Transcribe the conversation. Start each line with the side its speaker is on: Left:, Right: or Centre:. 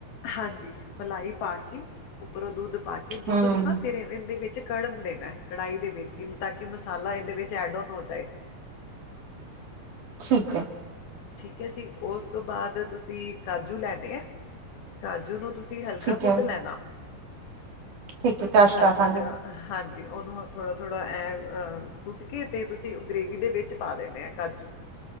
Left: ਹਾਂਜੀ, ਮਲਾਈ ਪਾ ਕੇ, ਉੱਪਰੋਂ ਦੁੱਧ ਪਾ ਕੇ ਦੁੱਧ
Right: ਹਮ
Left: ਨੂੰ ਨਾ ਫੇਰ ਏਂਦੇ ਵਿੱਚ ਕੜਨ ਦੇਨਾ ਏ, ਕੜਾਈ ਦੇ ਵਿੱਚ ਈ ਤਾਕਿ ਮਸਾਲਾ ਏਦੇ ਵਿੱਚ ਐੜ ਔਨ ਹੋ ਜਾਏ।
Right: ਠੀਕ ਐ।
Left: ਠੀਕ ਐ ਜੀ, ਓਸ ਤੋ ਬਾਦ ਤੁਸੀ ਕਾਜੂ ਲੈਨੇ ਐ ਕਾਜੂ ਨੂੰ ਤੁਸੀ ਹਲਕਾ
Right: ਠੀਕ ਹੈ
Left: ਕੁੱਟ ਲੈਨਾ,
Right: ਠੀਕ ਹੈ ਕਸ਼ ਕਰ
Left: ਹਲਕਾ
Right: ਦਾਂਗੇ
Left: ਜਾ ਹਾਂਜੀ, ਓਨੂੰ ਥੋੜਾ, ਥੋੜਾ ਐਂ ਅ, ਕੁੱਟ ਕੇ ਤੇ ਤੂਸੀ ਗ੍ਰੇਵੀ ਦੇ ਵਿੱਚ ਪਾ ਦੇਨੇ ਐ ਕਾਜੂ।